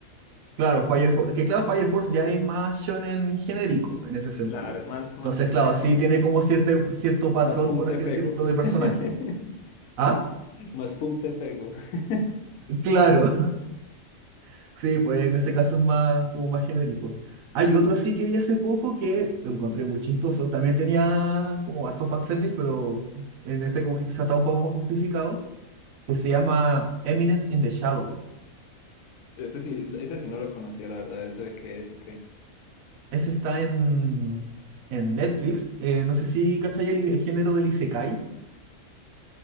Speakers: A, on the right; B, on the left.
A: Claro, Fire Force, que claro, Fire Force ya es más shonen genérico en ese sentido.
B: Claro, es más,
A: Entonces,
B: más peleas.
A: claro, sí tiene como cierto, cierto patrón,
B: Más pum
A: por
B: te
A: así
B: pego.
A: decirlo, de personaje.
B: <laughs>
A: Ah,
B: Más pum te pego. <laughs>
A: claro, <laughs> sí, pues en ese caso es más, como más genérico. Hay otro sí que vi hace poco que lo encontré muy chistoso. También tenía como harto fanservice, pero en este como que quizá está un poco más justificado, que se llama Eminence in the Shadow.
B: Eso sí, ese sí no lo conocía, la verdad, eso de qué es, ok.
A: Ese está en, en Netflix. Eh, no sé si cachai el, el género del Isekai